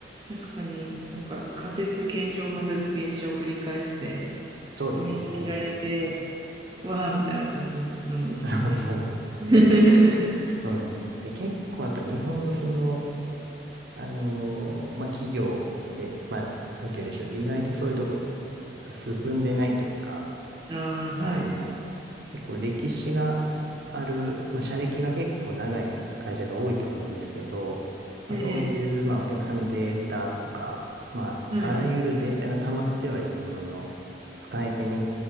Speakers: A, on the right; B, on the right.
A: 確かになんか仮説検証仮説検証を繰り返して
B: そうですね。
A: で見つけられてわあみたいな感じなんですかね。
B: <laughs> そうです。
A: <laughs> いいで
B: そうなんです。で、結構やっぱ日本のそのあのーまあ、企業で、まあ、なんて言うんでしょう、意外とそういうとこが進んでないというか、
A: すああ、はい。
B: あのー結構歴史がある、まあ、社歴が結構長い会社が多いと思うんですけど、まあ、
A: ええ、
B: そういう、まあ、お客さんのデータとか、まあ、
A: はい、
B: あらゆるデータが溜まってはいるものの、使えてみ、